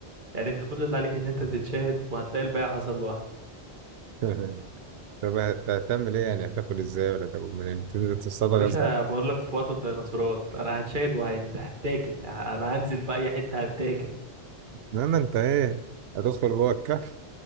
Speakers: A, on the right; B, on the right.
A: يعني انت كل اللي عليك ان انت تتشاهد وهتلاقي الباقي حصل لوحده
B: تمام طب هت- هتعمل ايه يعني هتاكل ازاي ولا تاكل منين تنزل تصطاد غزال
A: يا باشا بقول لك في وقت الديناصورات انا هتشاهد وهتاكل انا هنزل في اي حته هتاكل
B: انما انت ايه هتدخل جوه الكهف